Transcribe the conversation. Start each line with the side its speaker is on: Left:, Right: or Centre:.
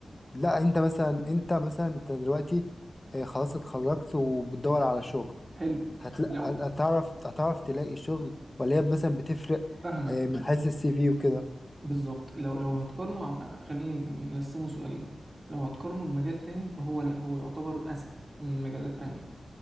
Left: لا انت مثلا انت مثلا انت دلوقتي آه، خلاص اتخرجت وبتدور على شغل
Right: حلو
Left: هتلاقي
Right: لو
Left: هتعرف هتعرف تلاقي شغل ولا هي مثلا بتفرق
Right: فاهمك
Left: آه، من حيث السي في وكده
Right: بالظبط لو لو هتقارنه عم... خلينا نقسمه سؤالين لو هتقارنه بمجال تاني فهو لا هو يعتبر اسهل من مجالات تانية